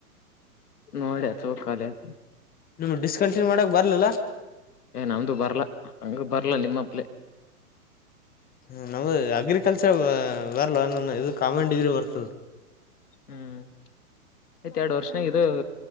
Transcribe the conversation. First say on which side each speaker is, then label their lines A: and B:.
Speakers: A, on the left (about 80°); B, on the left (about 20°).
A: ನೋಡೆ ಹಾಚೆ ಬೇಕು ಕಾಲೇಜ್
B: ನಿಮ್ ಡಿಸ್ಕಂಟಿನ್ಯ ಮಾಡಕ್ ಬರ್ಲಲ್ಲಾ
A: ಏ ನಮ್ದು ಬರ್ಲಾ ಹಂಗ ಬರ್ಲಾ ನಿಮ್ಮಪ್ಲೆ
B: ಹ ನಮ್ದ ಅಗ್ರಿಕಲ್ಚರ್ ಬರಲ್ಲ ಇದು ಕಾಮನ್ ಡಿಗ್ರಿ ಬರ್ತದೆ
A: ಹ್ಮ್ ಯ್ತ್ ಎರಡ್ ವರ್ಷ ಇದು